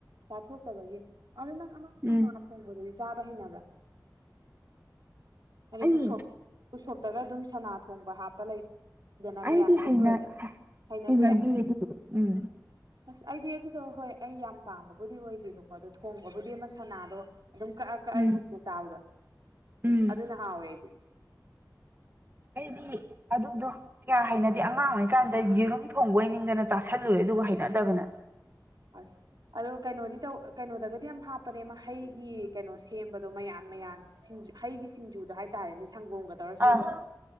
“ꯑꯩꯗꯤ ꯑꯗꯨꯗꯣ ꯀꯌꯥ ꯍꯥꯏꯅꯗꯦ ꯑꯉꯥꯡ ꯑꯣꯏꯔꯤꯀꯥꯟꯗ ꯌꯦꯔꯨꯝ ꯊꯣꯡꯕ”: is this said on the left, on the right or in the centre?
Right